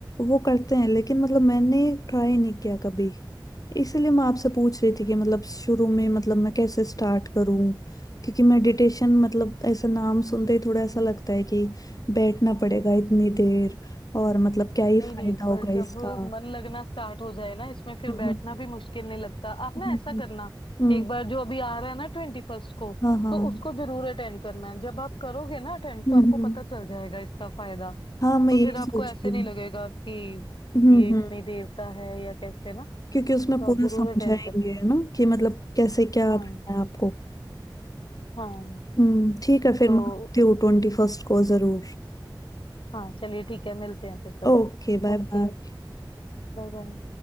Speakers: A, on the left; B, on the left.
A: वो करते हैं लेकिन मतलब मैंने ट्राई नहीं किया कभी इसलिए मैं आपसे पूछ रही थी कि मतलब शुरू में मतलब मैं कैसे स्टार्ट करूं क्योंकि मेडिटेशन मतलब ऐसा नाम सुनते ही थोड़ा ऐसा लगता है कि बैठना पड़ेगा इतनी देर और मतलब क्या ही
B: नहीं
A: फायदा
B: नहीं
A: होगा
B: पर जब
A: इसका
B: मन लगना स्टार्ट हो जाए ना इसमें फिर
A: हम्म
B: बैठना भी मुश्किल नहीं लगता आप
A: हम्म
B: ना ऐसा
A: हम्म,
B: करना
A: हम्म,
B: एक
A: हम्म,
B: बार जो अभी आ रहा है ना ट्वेंटी फर्स्ट को
A: हाँ हाँ
B: तो
A: हम्म
B: उसको जरूर अटेंड करना है जब आप करोगे ना अटेंड
A: हम्म
B: तो आपको पता चल जाएगा इसका फायदा
A: हाँ मैं
B: तो
A: यही
B: फिर आपको
A: सोच
B: ऐसे
A: रही
B: नहीं
A: हूँ
B: लगेगा कि
A: हम्म
B: ये इतनी
A: हम्म
B: देर का है या कैसे ना
A: क्योंकि उसमें
B: तो
A: पूरा
B: आप जरूर
A: समझाएंगे
B: अटेंड करना
A: है ना कि मतलब कैसे क्या
B: हाँ
A: करना है आपको
B: हाँ
A: हम्म ठीक है फिर
B: तो
A: मैं आती हूँ ट्वेंटी फर्स्ट को जरूर
B: हाँ चलिए ठीक है मिलते हैं फिर तब
A: Okay bye
B: Okay
A: bye
B: bye bye